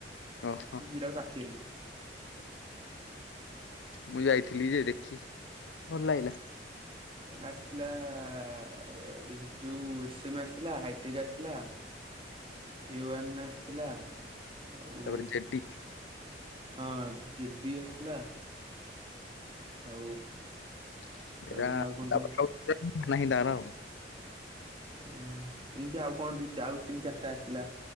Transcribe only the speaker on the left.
ଓହୋ
ମୁଁ ଯାଇଥିଲି ଯେ ଦେଖି ଭଲ ଲାଗିଲା।
ତାପରେ ଜେଡି
<unintelligible>